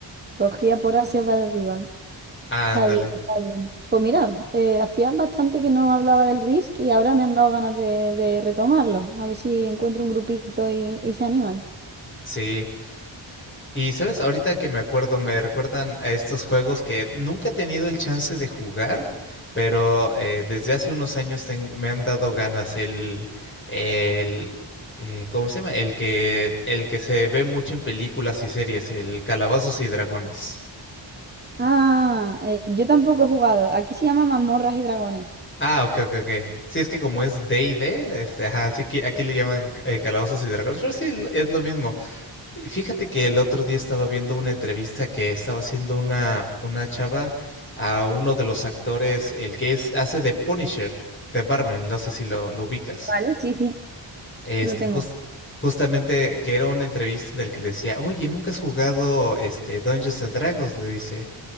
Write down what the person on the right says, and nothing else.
Cogía por Asia para arriba.
Está bien, está bien. Pues mira, eh, hacía bastante que no hablaba del RISC y ahora me han dado ganas de, de retomarlo. A ver si encuentro un grupito y, y se animan.
Ah, eh, yo tampoco he jugado. Aquí se llama Mazmorras y Dragones.
Vale, sí, sí,
lo tengo.